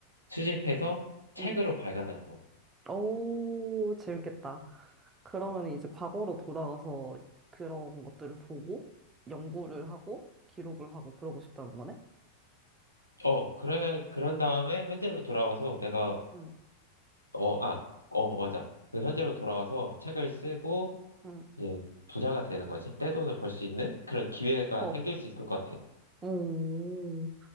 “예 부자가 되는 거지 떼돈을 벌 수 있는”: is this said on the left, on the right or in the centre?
Left